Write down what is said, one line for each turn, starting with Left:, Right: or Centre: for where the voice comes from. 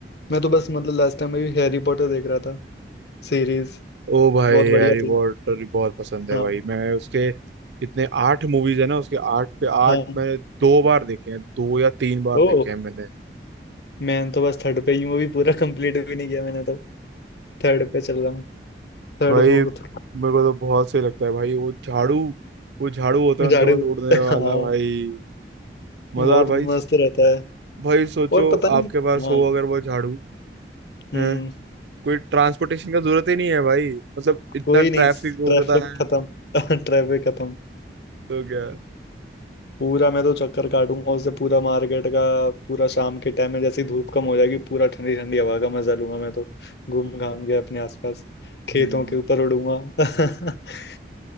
Left: मैं तो बस मतलब लास्ट टाइम में भी हैरी पॉटर देख रहा था सीरीज
Right: ओ भाई
Left: बहुत बढ़िया
Right: हैरी
Left: थी
Right: पॉटर बहुत पसंद है
Left: हाँ
Right: भाई मैं उसके कितने आठ मूवीज है ना उसके आठ के आठ
Left: हाँ
Right: मैंने दो बार देखे हैं दो या तीन बार
Left: ओ
Right: देखे हैं मैंने
Left: मैं तो बस थर्ड पे ही हूँ अभी पूरा कंप्लीट भी नहीं किया मैंने तो थर्ड पे चल रहा हूँ Third
Right: भाई
Left: fourth
Right: मेरे को तो बहुत सही लगता है भाई वो झाड़ू वो झाड़ू होता है उनके
Left: झाड़ू
Right: पास उड़ने
Left: <laughs>
Right: वाला
Left: हाँ
Right: भाई मजा
Left: बहुत
Right: है भाई
Left: मस्त रहता है
Right: भाई सोचो
Left: और पता
Right: आपके
Left: नहीं
Right: पास
Left: हाँ
Right: हो अगर वो झाड़ू
Left: हम्म
Right: है कोई ट्रांसपोर्टेशन का जरूरत ही नहीं है भाई मतलब इतना
Left: कोई नहीं
Right: ट्रैफिक होता
Left: ट्रैफिक
Right: है
Left: खत्म <laughs> ट्रैफिक खत्म
Right: तो क्या
Left: पूरा मैं तो चक्कर काटूंगा उससे पूरा मार्केट का पूरा शाम के टाइम में जैसे ही धूप कम हो जाएगी पूरा ठंडी ठंडी हवा का मजा लूंगा मैं तो घूम घाम के अपने आसपास खेतों
Right: हम्म
Left: के ऊपर उड़ूंगा <laughs>